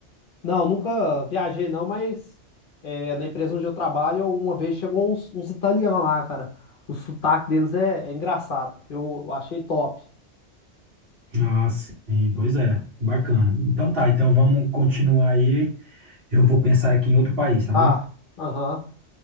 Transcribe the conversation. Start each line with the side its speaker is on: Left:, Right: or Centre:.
Left: Não, nunca viajei não, mas é, na empresa onde eu trabalho, uma vez chegou uns, uns italianos lá, cara. O sotaque deles é, é engraçado. Eu, eu achei top.
Right: Ah, sim, pois é, bacana. Então tá, então vamos continuar aí. Eu vou pensar aqui em outro país, tá
Left: Tá,
Right: bom?
Left: aham.